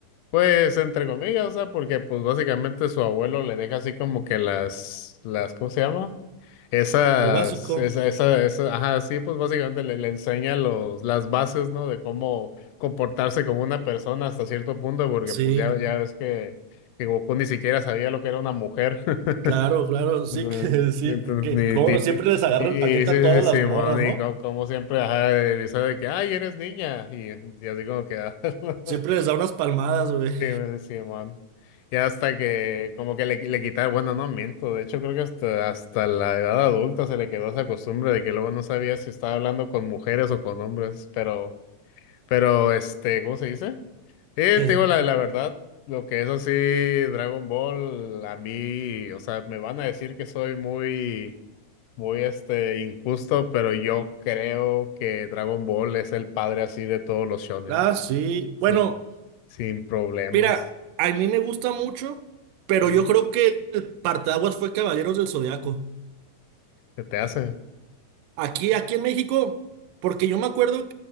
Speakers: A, on the left; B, on the right.
A: Pues entre comillas, o sea, porque pues básicamente su abuelo le deja así como que las, las, ¿cómo se llama? Esas,
B: Lo básico.
A: esa, esa, esa, ajá, sí, pues básicamente le, le enseña los, las bases, ¿no? De cómo comportarse como una persona hasta cierto punto, porque
B: Sí,
A: pues ya, ya ves que, que Goku ni siquiera sabía lo que era una mujer. <laughs>
B: claro, claro, sí
A: Entonces,
B: que <laughs> sí,
A: entonces,
B: que
A: ni,
B: como
A: ti-
B: siempre
A: ti-
B: les agarra
A: y,
B: el paquete
A: sí, sí,
B: a todas
A: sí,
B: las
A: mon,
B: morras, ¿no?
A: y co- como, siempre, ajá, de risa de que, ay, eres niña, y, y así como que, ah. <laughs>
B: Siempre les da unas palmadas, güey.
A: Sí, man, sí, man. Y hasta que como que le, le quitaron, bueno, no miento, de hecho creo que hasta, hasta la edad adulta se le quedó esa costumbre de que luego no sabía si estaba hablando con mujeres o con hombres, pero, pero este, ¿cómo se dice? Sí,
B: <laughs> Eh,
A: te digo la, la verdad, lo que es así, Dragon Ball, a mí, o sea, me van a decir que soy muy, muy este, injusto, pero yo creo que Dragon Ball es el padre así de todos los shonen,
B: Ah, sí.
A: sí,
B: Bueno.
A: sin problemas.
B: Mira, a mí me gusta mucho, pero
A: Ujú.
B: yo creo que el parteaguas fue Caballeros del Zodiaco.
A: ¿Qué te hace?
B: Aquí, aquí en México, porque yo me acuerdo